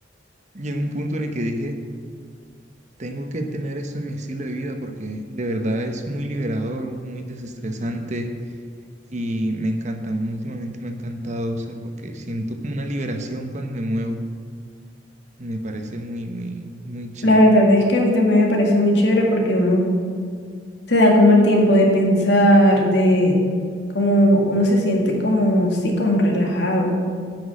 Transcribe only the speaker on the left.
La verdad es que a mí también me parece muy chévere porque uno te da como el tiempo de pensar, de como uno se siente como, sí, como relajado,